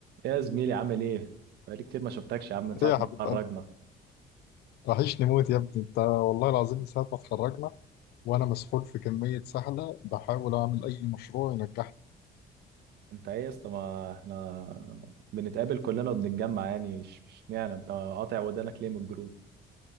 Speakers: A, on the right (about 75°); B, on the left (about 70°).
A: يا زميلي عامل ايه؟ بقالي كتير ما شفتكش يا عم من ساعة
B: ايه يا
A: ما
B: حبيب
A: اتخرجنا
B: قلبي وحشني موت يا ابني انت والله العظيم من ساعة ما اتخرجنا وانا مسحول في كمية سحلة بحاول اعمل اي مشروع ينجحني
A: انت ايه يا اسطى ما احنا بنتقابل كلنا وبنتجمع يعني إش- اشمعنى انت قاطع ودانك ليه من الجروب؟